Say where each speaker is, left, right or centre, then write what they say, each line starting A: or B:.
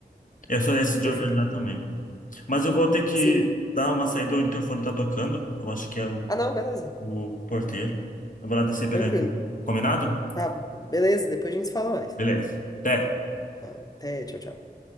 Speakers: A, on the left; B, on the left.
A: Eu sou esse de
B: Eu
A: organizar
B: fui. pra-
A: também. Mas eu vou ter que
B: Sim.
A: dar uma saída, o interfone tá tocando. Eu acho que é o,
B: Ah, não, beleza.
A: o porteiro. Eu vou lá descer e
B: Tranquilo.
A: pegar a encomenda. Combinado?
B: Tá, beleza, depois a gente se fala mais.
A: Beleza. Até.
B: Tá, até, tchau, tchau.